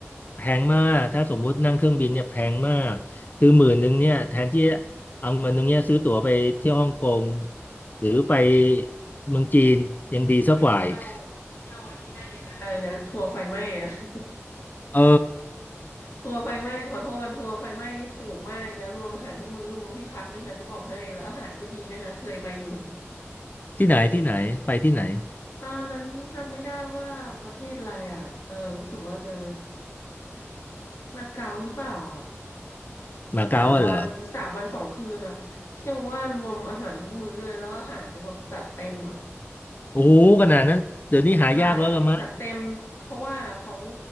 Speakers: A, on the left; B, on the left.
A: แพงมากถ้าสมมุตินั่งเครื่องบินเนี่ยแพงมากคือหมื่นหนึ่งเนี่ยแทนที่เอาเงินหนึ่งเนี่ยซื้อตั๋วไปเที่ยวฮ่องกงหรือไปเมืองจีนยังดีสักกว่าอีก
B: ไปเที่ยวเที่ยวอันนี้ได้เลยนะอะไรนะทัวร์ไฟไหม้อะ <laughs>
A: เออ
B: ทัวร์ไฟไหม้ขอโทษทัวร์ไฟไหม้นี่ถูกมากนะรวมอาหารทุกมื้อรวมที่พักด้วยนะจะบอกให้แล้วอาหารก็ดีด้วยนะเคยไปอยู่
A: ที่ไหนที่ไหนไปที่ไหน
B: ตอนนั้นจำไม่ได้ว่าประเทศอะไรอ่ะ เออรู้สึกว่าจะมาเก๊าหรือเปล่าอ่ะ
A: มาเก๊าอะเหรอ
B: สามวันสามวันสองคืนอ่ะเชื่อไหมว่ารวมอาหารทุกมื้อเลยแล้วอาหารเนี่ยแบบจัดเต็มอ่ะ
A: โอ้โหขนาดนั้นเดี๋ยวนี้หายากแล้วละมั้ง
B: ใช่จัดเต็มเพราะว่าเขา